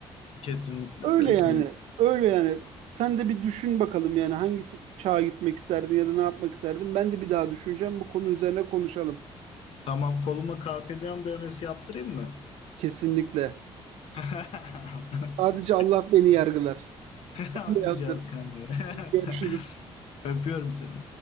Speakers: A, on the left; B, on the right.
A: Kesinlikle,
B: Öyle
A: kesinlikle.
B: yani, öyle yani. Sen de bir düşün bakalım yani hangi çağa gitmek isterdin ya da ne yapmak isterdin. Ben de bir daha düşüneceğim. Bu konu üzerine konuşalım.
A: Tamam, koluma Carpe Diem dövmesi yaptırayım mı?
B: Kesinlikle.
A: <laughs>
B: Sadece Allah beni yargılar.
A: Anlayacağız
B: Ben de yaptım.
A: kanka.
B: Görüşürüz.
A: <laughs> Öpüyorum seni.